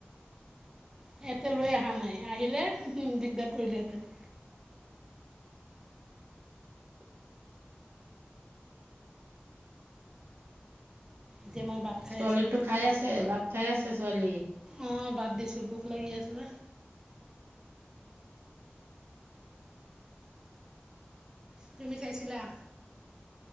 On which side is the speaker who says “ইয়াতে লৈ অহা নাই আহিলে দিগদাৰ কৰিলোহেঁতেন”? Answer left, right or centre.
Right